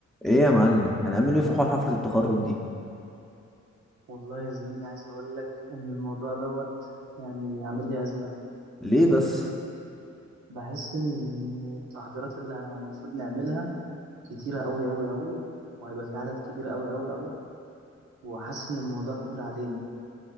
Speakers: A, in the centre; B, on the right.
A: ايه يا معلم هنعمله ايه في حوار حفلة التخرج دي
B: والله يا زميلي عايز أقول لك إن الموضوع دوت يعني عامل لي أزمة
A: ليه بس
B: بحس إن إن التحضيرات اللي المفروض نعملها كتيرة أوي أوي أوي وهيبقى في عدد كبير أوي أوي أوي وحاسس إن الموضوع كبير علينا